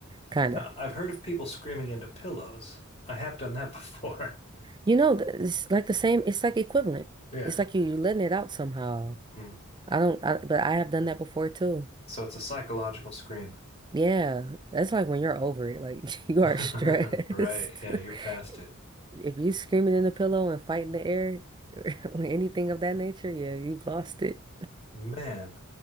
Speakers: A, on the right (about 20°); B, on the left (about 30°).
A: kind
B: I've
A: of.
B: heard of people screaming into pillows. I have done that <laughs> before.
A: You know, th- it's like the same. It's like equivalent.
B: Yeah.
A: It's like you, you're letting it out somehow.
B: Hmm.
A: I don't, I, but I have done that before too.
B: So it's a psychological scream.
A: Yeah, that's like when you're over it. Like <laughs> you
B: <laughs>
A: are stressed.
B: Right. Yeah, you're
A: <laughs>
B: past it.
A: If you screaming in the pillow and fighting the air <laughs> or anything of that nature, yeah, you've lost it.
B: Man,